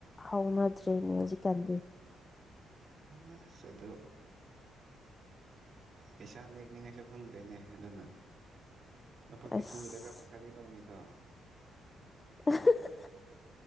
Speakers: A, on the left; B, on the right.
A: ꯍꯧꯅꯗ꯭ꯔꯦꯅꯦ ꯍꯧꯖꯤꯛꯀꯥꯟꯗꯤ
B: ꯅꯁ ꯑꯗꯣ ꯄꯩꯁꯥ ꯅꯦꯛꯅꯤꯉꯥꯏꯁꯨ ꯈꯪꯗ꯭ꯔꯦꯅꯦ ꯑꯗꯨꯅ ꯊꯕꯛꯇꯤ
A: ꯑꯁ
B: ꯁꯨꯗ꯭ꯔꯒ ꯄꯩꯁꯥꯗꯤ ꯂꯧꯅꯤꯗꯣ
A: <inaudible>